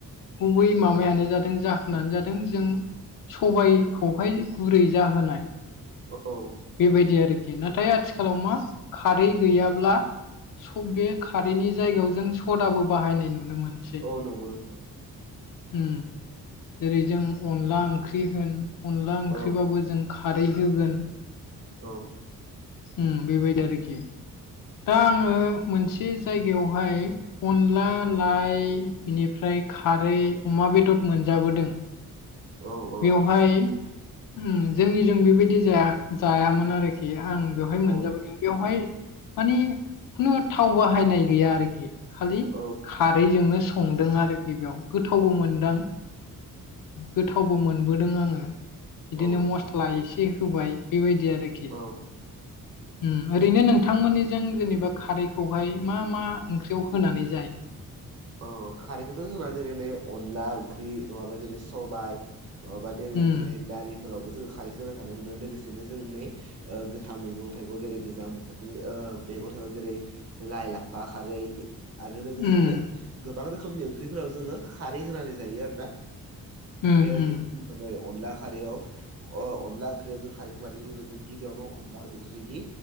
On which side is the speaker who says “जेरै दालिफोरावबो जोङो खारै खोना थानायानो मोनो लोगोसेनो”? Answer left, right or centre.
Right